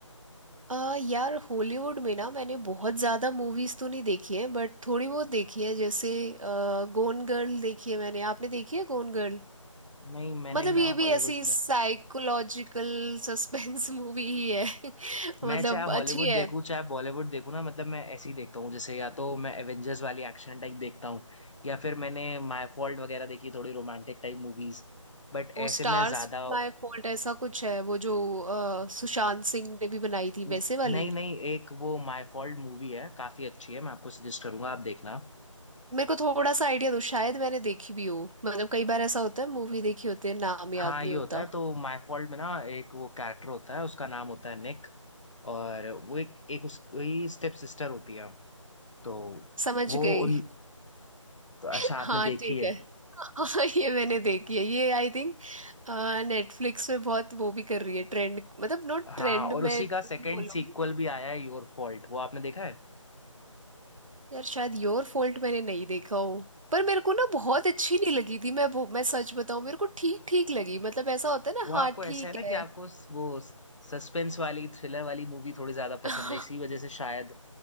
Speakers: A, on the right (about 75°); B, on the left (about 65°).
A: अ, यार हॉलीवुड में ना मैंने बहुत ज्यादा मूवीज तो नहीं देखी है बट थोड़ी बहुत देखी है जैसे गोन गर्ल देखी है मैंने आपने देखी है गोन गर्ल
B: नहीं मैंने
A: मतलब
B: ना
A: ये भी
B: हॉलीवुड
A: ऐसी साइकोलॉजिकल सस्पेंस मूवी ही है <laughs> मतलब
B: मैं चाहे हॉलीवुड
A: अच्छी है
B: देखूं चाहे बॉलीवुड देखूं ना मतलब मैं ऐसे ही देखता हूँ जैसे या तो मैं एवेंजर्स वाली एक्शन टाइप देखता हूँ या फिर मैंने माय फॉल्ट वगैरह देखी थोड़ी रोमांटिक टाइप मूवीज बट
A: वो
B: ऐसे
A: स्टार्स
B: मैं ज्यादा
A: माय फॉल्ट ऐसा कुछ है वो जो अ, सुशांत सिंह ने भी बनाई थी
B: नहीं
A: वैसे वाली
B: नहीं एक वो माय फॉल्ट मूवी है काफी अच्छी है मैं आपको सजेस्ट करूंगा आप देखना
A: मेरे को थोड़ा सा आइडिया दो शायद मैंने देखी भी हो मतलब कई बार ऐसा होता है मूवी देखी होती है नाम याद
B: हाँ
A: नहीं
B: ये
A: होता
B: होता है तो माय फॉल्ट में ना एक वो कैरेक्टर होता है उसका नाम होता है निक और वो एक एक उसकी स्टेप सिस्टर होती है तो
A: समझ
B: वो
A: गई
B: उन
A: <laughs>
B: अच्छा आपने
A: हाँ
B: देखी
A: ठीक
B: है
A: है <laughs> हाँ ये मैंने देखी है ये आई थिंक नेटफ्लिक्स पे बहुत वो भी कर रही है ट्रेंड मतलब नॉट
B: हाँ
A: ट्रेंड
B: और उसी
A: मैं वो
B: का सेकंड
A: भी बोलूंगी
B: सीक्वल भी आया है योर फॉल्ट वो आपने देखा है
A: यार शायद योर फॉल्ट मैंने नहीं देखा हो पर मेरे को ना बहुत अच्छी नहीं लगी थी मैं वो मैं सच बताऊं मेरे को ठीक ठीक लगी मतलब ऐसा होता है
B: वो
A: ना हाँ
B: आपको
A: ठीक
B: ऐसा है ना कि
A: है
B: आपको स- वो सस्पेंस वाली थ्रिलर वाली मूवी थोड़ी ज्यादा पसंद
A: <laughs>
B: है इसी वजह से शायद